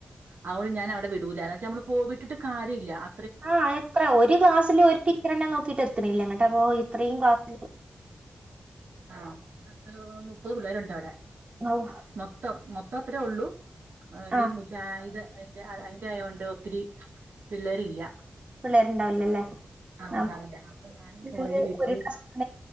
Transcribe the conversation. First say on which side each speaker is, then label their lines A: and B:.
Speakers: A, on the right; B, on the right.
A: അ ഓൾ ഞാൻ അവിടെ വിടൂല എന്ന് വെച്ചാ നമ്മൾ പോ വിട്ട്ട്ട്കാര്യല്ല അ
B: ആ എത്ര ഒരു ക്ലാസ്സില് ഒരു ടീച്ചർന്നെ നോക്കീട്ട് എത്ത്ണ്ല്ല ഇങ്ങട്ടപ്പോ ഇത്രയും ക്ലാസ്സില്
A: ആ പത്ത് മുപ്പത് പിള്ളേരുണ്ട് അവിടെ
B: ഔ
A: മൊത്തം മൊ ഇപ്പ അത്രേ ഒള്ളൂ
B: ആഹ്
A: ഈ മുജായിത് അയ്ന്റെ അയ്ന്റെ ആയോണ്ട് ഒത്തിരി പിള്ളേരില്ല
B: പിള്ളേർണ്ടാവില്ലല്ലേ
A: ആഹ്
B: നമ്മില്
A: ഉണ്ടാവില്ല അപ്പൊ ഞാനീ പോറേല് വീട്ടില്
B: ഒരു <unintelligible>